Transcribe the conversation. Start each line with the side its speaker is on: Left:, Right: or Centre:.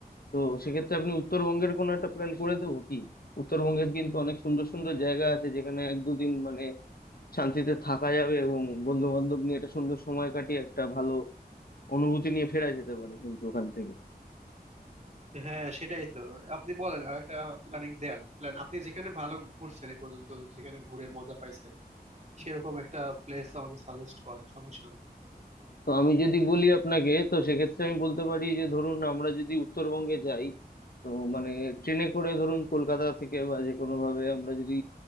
Left: তো সেক্ষেত্রে আপনি উত্তরবঙ্গের কোনো একটা প্ল্যান করে দেবো কি উত্তরবঙ্গের কিন্তু অনেক সুন্দর সুন্দর জায়গা আছে যেখানে এক দুদিন মানে শান্তিতে থাকা যাবে এবং বন্ধু বান্ধব নিয়ে একটা সুন্দর সময় কাটিয়ে একটা ভালো অনুভূতি নিয়ে ফেরা যেতে পারে কিন্তু ওখান থেকে
Right: হ্যাঁ সেটাই তো আপনি বলেন আর একটা প্ল্যানিং দেন প্ল্যান আপনি যেখানে ভালো ঘুরছেন এই পর্যন্ত যেখানে ঘুরে মজা পাইছেন সেরকম একটা প্লেস আমাকে সাজেস্ট করেন সমস্যা নেই
Left: তো আমি যদি বলি আপনাকে তো সেক্ষেত্রে আমি বলতে পারি যে ধরুন আমরা যদি উত্তরবঙ্গে যাই তো মানে ট্রেনে করে ধরুন কলকাতা থেকে বা যে কোনো ভাবে আমরা যদি